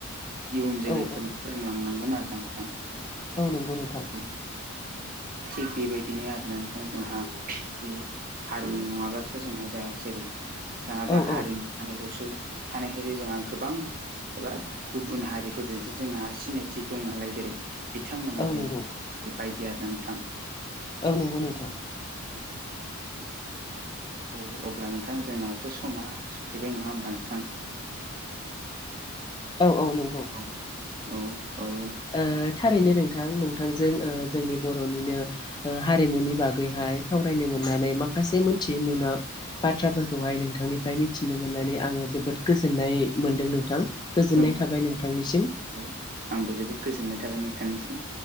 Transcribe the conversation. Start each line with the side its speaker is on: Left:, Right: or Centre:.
Right: इयुन जोलैफोरनो
Left: औ औ
Right: फोरोंलांनांगोन आरोना नोंथां
Left: औ नंगौ नोंथां
Right: औ थिग बेबायदिनो आरोना नोंथां जोंहा जि हारिमु नङाब्लाथ' जोंहा जाया जेरै जाहा
Left: औ
Right: दा
Left: औ
Right: हारिमु थानायखौसो थानायखायसो जोंहा गोबां एबा गुबुन हारिफोरजोंसो जोंहा सिनायथि दं नालाय जेरै बिथांमोना
Left: औ
Right: जे
Left: नंगौ
Right: <unintelligible> बायदि आरोना नोंथां।
Left: औ नोंगौ नोंथां।
Right: औ अब्ला नोंथां जोंनाबोथ' समा सफैबाय नङा ओमबा नोंथां?
Left: औ औ नंगौ
Right: औ औ ओ
Left: ओ थारैनो नोंथां नोंथांजों ओ जोंनि बर'निनो ओ हारिमुनि बागैहाय सावरायनो मोननानै माखासे मोनथियै मोना बाथ्राफोरखौहाय नोंथांनिफ्राय मिथिनो मोननानै आङो जोबोद गोजोननाय मोनदों नोंथां। गोजोननाय
Right: औ
Left: थाबाय नोंथांनिसिम।
Right: औ आंबो जोबोद गोजोननाय थाबाय नोंथांनिसिम।